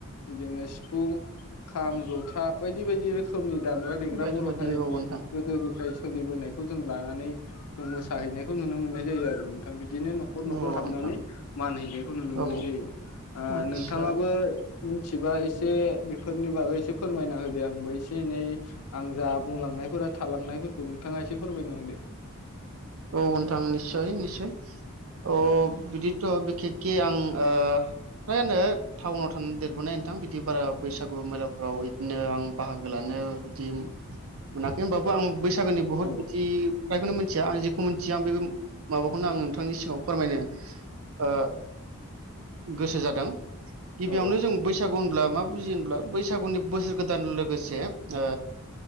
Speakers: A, on the left (about 80°); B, on the right (about 65°).
A: बिदिनो सिफुं खाम जथा बायदि बायदि रोख खोमनि दामग्रा देग्रा
B: बायदि
A: बर'
B: बायदि
A: हारिनि
B: औ नोंथां
A: गोदोनिफ्राय सोलिबोनायखौ जों ला नानै जों मोसाहैनायखौ नुनो मोननाय जायो आरो नोंथां । दिनो नखर नखर
B: औ नोंथां
A: हाबनानै मान हैैनायखौ नुनो मोननाय
B: औ
A: जायो। ओ
B: आदसा
A: नोंथाङाबो मिथिबा एसे बेफोरनि बागै एसे फोरमायना होदो आंबो एस से एनै आं जा बुंलांनायफोरा थालांनायफोरखौ नोंथाङा एसे फोरमायना होदो
B: औ ओनथां निदस्सय निदस्सयय अ
A: औ
B: बिदिथ' बिखेखे आं ओ फ्रायानो टाउनाव थाना देरबोनाय नोंथां बिदि बारा बैसागु मेलाफ्राव इदिनो आं बाहागो लानो ओ बिदिम मोनाखै होमबाबो आं बैसागोनि बुहुत
A: औ
B: बिदि फ्रायखौनो मिथिया आं जि खौ मिथिया आं बेखौ माबाखौनो आं नोंथांनि सिगाङाव फोरमायनो ओ गोसो जादों गिबियावनो
A: औ
B: जों बैसागु होनब्ला मा बुजियो होनब्ला बैसागुनि बोसोर गोदान लोगोसे ओ